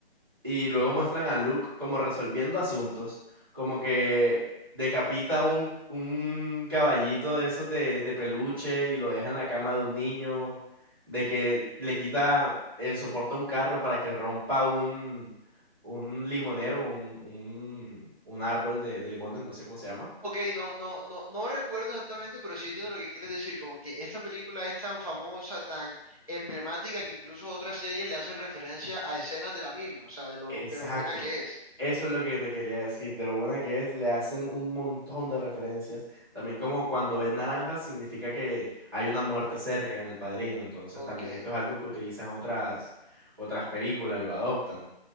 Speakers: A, on the right; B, on the left.
A: y luego muestran a Luke como resolviendo asuntos, como que decapita un, un caballito de esos de, de peluche y lo deja en la cama de un niño, de que le quita el soporte a un carro para que rompa un, un limonero, un, un, un árbol de, de limones, no sé cómo se llama.
B: Ok, no, no, no, no recuerdo exactamente, pero sí entiendo lo que quieres decir. Como que esta película es tan famosa, tan emblemática, que incluso otras series le hacen referencia a escenas de la misma, o sea, de lo,
A: Exacto.
B: lo- de lo buena que es.
A: Eso es lo que te quería decir, de lo buena que es, le hacen un montón de referencias. También como cuando ven naranjas significa que hay una muerte cerca en El Padrino, entonces
B: Ok.
A: también esto es algo que utilizan otras, otras películas, lo adoptan.